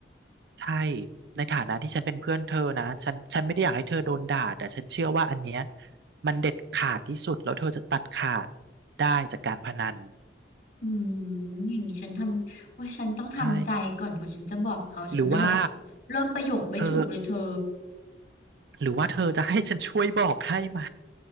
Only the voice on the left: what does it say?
อืมอย่างนี้ฉันทำว่าฉันต้องทำใจก่อนกว่าฉันจะบอกเขาฉันจะแบบ
เริ่มประโยคไม่ถูกเลยเธอ